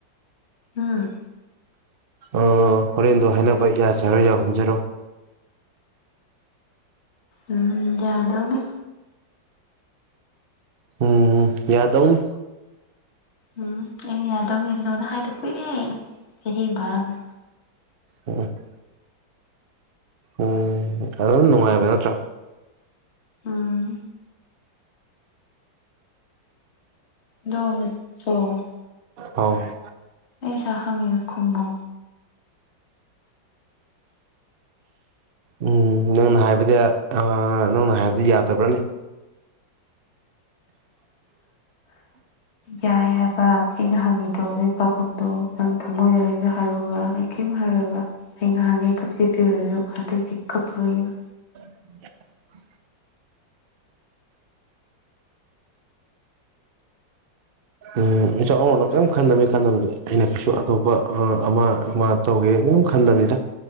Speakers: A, on the left (about 35°); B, on the right (about 60°).
A: ꯎꯟ
B: ꯎꯓꯥ ꯍꯣꯔꯦꯟꯗꯣ ꯍꯥꯏꯅꯕ ꯌꯥꯁꯦꯖ ꯍꯨꯟꯔꯣ ꯌꯥꯒꯨꯃꯦꯁ ꯍꯥꯏꯕꯔ꯭ꯤ
A: ꯎꯃꯝ ꯌꯥꯗꯨꯅꯦ
B: ꯎꯃꯝ ꯌꯥꯗꯧꯅꯦ
A: ꯎꯝ ꯑꯩꯅ ꯌꯥꯗꯧꯅꯤ ꯁꯤ ꯅꯒ ꯑꯣꯟꯗ ꯍꯥꯏꯗꯥ ꯀꯨꯏꯔꯦ ꯆꯥꯖꯤ ꯑꯃꯥ ꯐꯥꯔꯝ ꯑꯅꯤ
B: ꯎꯝ <inaudible> ꯎꯝ ꯑꯗꯨ ꯅꯨꯡꯉꯥꯏꯕ ꯅꯠꯇ꯭ꯔꯥ
A: ꯎꯃꯝ ꯣꯃꯤꯣ <inaudible>
B: ꯑꯑꯣꯏ
A: ꯀꯩꯁꯥ ꯍꯟꯒꯦꯅꯣ ꯈꯨꯝꯃꯣ
B: <inaudible> ꯏꯝꯝ ꯅꯪꯅ ꯍꯨꯕꯗꯥ ꯏꯚ ꯍꯥꯏꯕꯗ ꯌꯟꯔꯕꯣꯅꯦ <inaudible>
A: ꯌꯥꯏ ꯍꯨꯕꯥ ꯑꯩꯅꯥ ꯖꯅꯒꯦꯗꯣ ꯉꯥꯄꯣꯈꯨꯝꯗꯣ ꯅꯡ ꯊꯃꯣꯌꯗ ꯂꯩꯕꯗꯣ ꯍꯨꯔꯀꯣꯕꯥ ꯑꯩꯀꯩꯝ ꯍꯨ ꯏꯕ ꯑꯩ ꯉꯍꯥꯟꯉꯩ ꯀꯞꯆꯦꯠꯄꯤꯑꯣꯏꯔꯁꯨ ꯍꯟꯗꯛꯇꯤ ꯀꯞꯄꯔꯣꯏꯕ
B: <inaudible> ꯎꯝ ꯏꯆꯥꯣꯟꯅ ꯀꯩꯔꯤꯝ ꯈꯟꯗꯃꯤ ꯈꯟꯗꯕꯗ ꯑꯩꯅ ꯀꯩꯁꯨ ꯑꯇꯣꯞꯄ ꯑꯃ ꯑꯃ ꯇꯧꯒꯦ ꯀꯩꯝ ꯈꯟꯗꯥ ꯕꯅꯦ ꯗ